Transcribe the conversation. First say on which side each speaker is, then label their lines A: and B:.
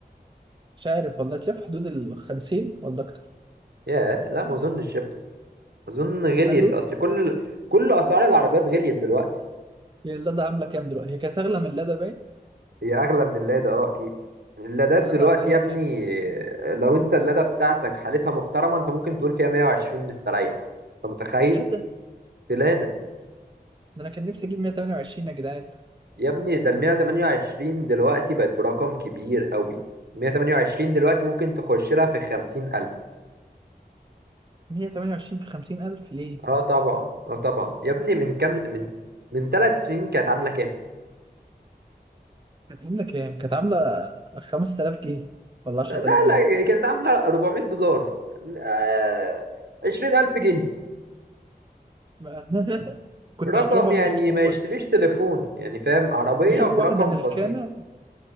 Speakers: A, on the right (about 30°); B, on the right (about 75°).
A: مش عارف والله تلاقي في حدود ال 50 ولا اكتر
B: ياه لا ما أظنش يا ابني أظن غليت
A: اغلى
B: أصل كل كل أسعار العربيات غليت دلوقتي
A: هي اللادا عامله كام دلوقتي هي كانت اغلى من اللادا باين
B: هي أغلى من اللادا أه أكيد اللادات
A: اللادا
B: دلوقتي
A: عامله لها
B: يا ابني
A: كام
B: لو أنت اللادا بتاعتك حالتها محترمة أنت ممكن تقول فيها 120 مستريح أنت متخيل
A: في اللادا
B: في لادا
A: ده انا كان نفسي اجيب 128 يا جدعان
B: يا ابني ده ال 128 دلوقتي بقت برقم كبير قوي 128 دلوقتي ممكن تخش لها في 50000
A: 128 في 50000 ليه
B: اه طبعا اه طبعا يا ابني من كام من من ثلاث سنين كانت عاملة كام؟
A: كانت عاملة كام؟ كانت عاملة 5000 جنيه ولا 10000
B: لا
A: جنيه
B: لا كانت عاملة 400 دولار آه 20000 جنيه
A: <laughs> ما- كنت
B: رقم
A: هتروح واحدة
B: يعني
A: تجيب
B: ما يشتريش تليفون يعني فاهم عربية
A: تشوف
B: برقم
A: واحدة هلكانة
B: بسيط